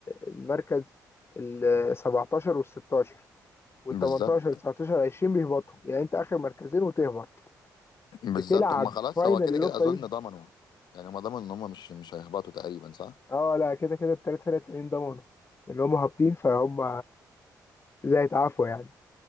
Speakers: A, on the left (about 35°); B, on the left (about 70°).
A: المركز ال 17 وال 16 وال
B: بالظبط
A: 18 وال 19 20 بيهبطوا يعني انت اخر مركزين وتهبط
B: بالظبط
A: بتلعب
B: هم خلاص
A: فاينل
B: هو كده
A: يوروبا
B: كده اظن
A: ليج
B: ضمنوا يعني هم ضمنوا ان هم مش مش هيهبطوا تقريبا صح
A: اه لا كده كده الثلاث فرق التانيين ضمنوا اللي هم هابطين فهم زي هيتعافوا يعني